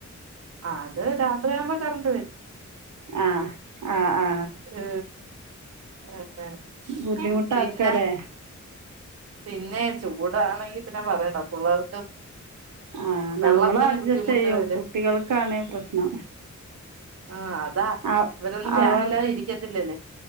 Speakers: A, on the right; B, on the right.
A: ആ ത് രാത്രിയാവുമ്പോ കറണ്ട് വരും
B: ആ ആ ആ
A: ഏ അങ്ങനെ
B: ബുദ്ധിമുട്ടാക്കല്ലേ
A: പിന്നെ പിന്നെ ചൂടാണെങ്കി പിന്നെ പറയണ്ട പിള്ളേർക്ക്
B: ആ
A: വെള്ളത്തിന്
B: നമ്മള് അഡ്ജസ്റ്റ്
A: ബുദ്ധിമുട്ട്
B: ചെയ്യും
A: വരും
B: കുട്ടികൾ കാണേ പ്രശ്നം
A: ആ അതാ
B: അവ്
A: ഇവരൊന്നും ഫാനില്ലാതെ
B: അവർ
A: ഇരിക്കത്തില്ലല്ലേ